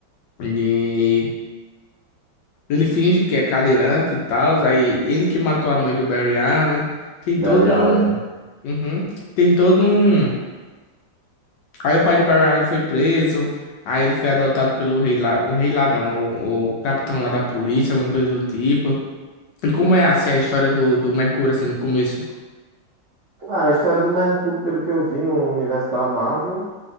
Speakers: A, on the left; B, on the right.
A: E Ele finge que é cadeirante e tal, aí ele que matou a mãe do Barry Allen. Tem
B: Barry
A: todo
B: Allen.
A: um. Uhum. Tem todo um. Aí o pai do Barry Allen foi preso, aí ele foi adotado pelo rei lá. O rei lá não, o, o capitão lá da polícia, alguma coisa do tipo. E como é assim a história do, do Mercúrio, assim, no começo?
B: Cara, a história do Mercúrio, pelo que eu vi no universo da Marvel,